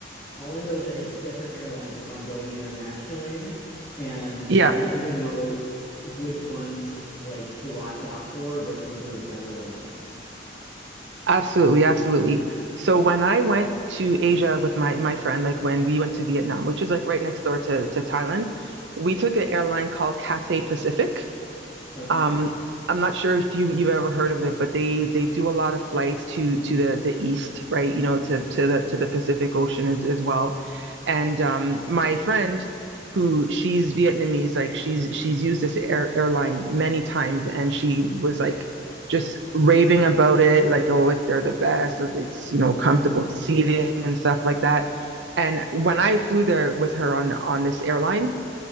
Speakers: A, on the left (about 20°); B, on the right (about 80°).
A: all I know is that it's different airlines if I'm going internationally, and
B: Yeah.
A: I don't even know which ones like to watch out for, which ones are the better ones.
B: Absolutely, absolutely. So when I went to Asia with my my friend, like when we went to Vietnam, which is like right next door to to Thailand, we took an airline called Cathay Pacific.
A: Okay.
B: Um, I'm not sure if you you've ever heard of it, but they they do a lot of flights to to the the east, right? You know, to to the to the Pacific Ocean as, as well. And um, my friend, who she's Vietnamese, like she's she's used this air, airline many times, and she was like just raving about it, like oh, it's they're the best, or it's you know comfortable seating and stuff like that. And when I flew there with her on on this airline,